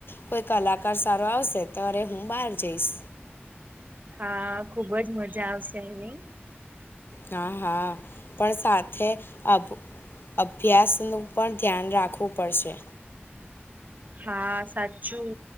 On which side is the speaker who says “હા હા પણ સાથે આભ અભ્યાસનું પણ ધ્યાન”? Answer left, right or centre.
Left